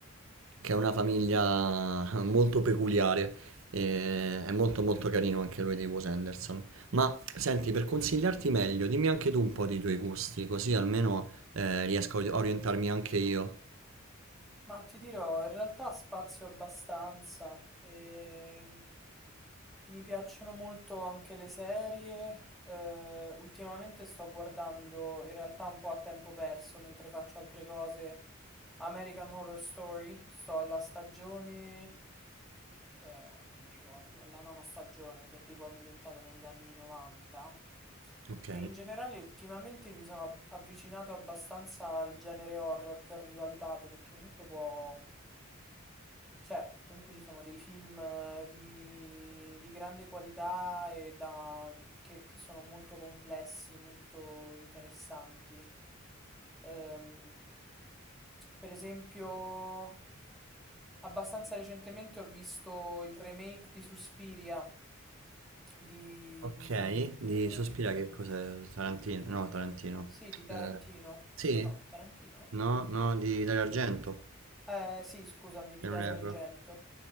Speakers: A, on the right; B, in the centre.
A: che è
B: I-
A: una famiglia molto peculiare. e è molto molto carino anche lui di Wes Anderson. Ma senti, per consigliarti meglio, dimmi anche tu un po' dei tuoi gusti, così almeno eh, riesco a orientarmi anche io.
B: Ma ti dirò, in realtà spazio abbastanza. Ehm, mi piacciono molto anche le serie. eh, ultimamente sto guardando, in realtà un po' a tempo perso, mentre faccio altre cose, American Horror Story. Sto alla stagione eh, non mi ricordo, la nona stagione che è tipo ambientata negli anni 90.
A: Ok.
B: E in generale ultimamente mi sono ab- avvicinato abbastanza al genere horror che ho rivalutato perché comunque può... Cioè, comunque ci sono dei film eh, di, di grande qualità e da, che, che sono molto complessi, molto interessanti. Ehm, per esempio, abbastanza recentemente ho visto il remake di Suspiria di,
A: Ok,
B: mh,
A: di
B: eh,
A: Sospira che cos'è? Tarantino? No, Tarantino.
B: sì, di Tarantino.
A: Eh, sì?
B: No, Tarantino?
A: No, no, di Dario Argento,
B: Eh, sì, scusami, di
A: se
B: Dario
A: non erro.
B: Argento,